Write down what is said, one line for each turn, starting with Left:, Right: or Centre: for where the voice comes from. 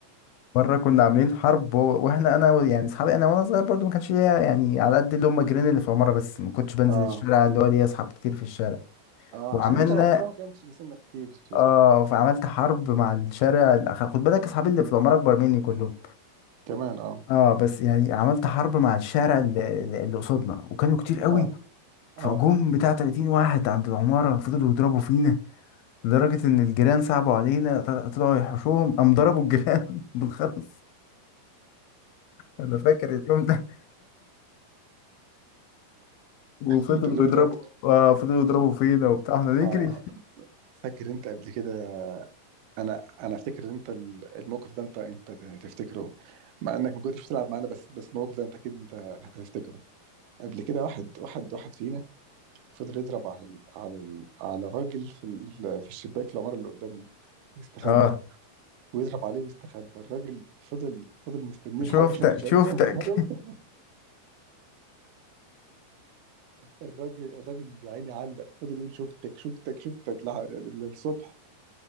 Left: مره كنا عاملين حرب و- واحنا انا و- يعني اصحابي انا وانا صغير برضه ما كانش ليا يعني على قد اللي هم جيران اللي في العماره بس ما كنتش بنزل
Right: اه
Left: الشارع اللي هو ليا اصحاب كتير في الشارع
Right: اه
Left: وعملنا
Right: عشان انت وقتها ما كانش بيسنك كتير في...
Left: اه فعملت حرب مع الشارع الأخ... خد بالك اصحابي اللي في العمارة اكبر مني كلهم
Right: كمان اه
Left: اه بس يعني عملت حرب مع الشارع اللي, اللي قصادنا وكانوا كتير قوي
Right: اه
Left: فجم
Right: اه
Left: بتاع 30 واحد عند العمارة فضلوا يضربوا فينا لدرجة ان الجيران صعبوا علينا طل- طلعوا يحوشوهم قام ضربوا الجيران <laughs> بالخرز انا فاكر اليوم ده وفضلوا
Right: انت اللي بدأت
Left: يضربوا اه فضلوا يضربوا فينا وبتاع احنا نجري
Right: اه فاكر انت قبل كده انا انا افتكر ان انت ال- الموقف ده انت انت ت- تفتكره مع انك ما كنتش بتلعب معانا بس بس الموقف ده انت اكيد انت هتفتكره قبل كده واحد واحد واحد فينا فضل يضرب على ال- على ال- على راجل في ال- في الشباك في العمارة اللي قدامنا ويستخبى
Left: اه
Right: ويضرب عليه ويستخبى الراجل فضل فضل مستنيه
Left: شفتك
Right: لحد ما شافه
Left: شفتك
Right: <laughs> الراجل الراجل يا عيني علق فضل يقول شفتك شفتك شفتك لح- للصبح